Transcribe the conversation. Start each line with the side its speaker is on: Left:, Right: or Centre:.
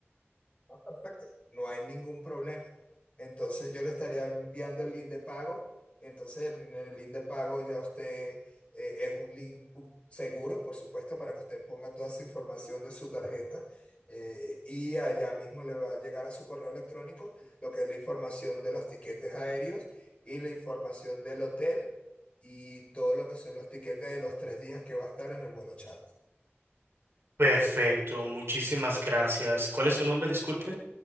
Left: Ah, perfecto, no hay ningún problema. Entonces yo le estaría enviando el link de pago y entonces en el link de pago ya usted eh, es un link u- seguro, por supuesto, para que usted ponga toda su información de su tarjeta eh, y allá mismo le va a llegar a su correo electrónico lo que es la información de los tiquetes aéreos y la información del hotel y todo lo que son los tiquetes de los tres días que va a estar en el vuelo charter.
Right: Perfecto, muchísimas gracias. ¿Cuál es su nombre? Disculpe.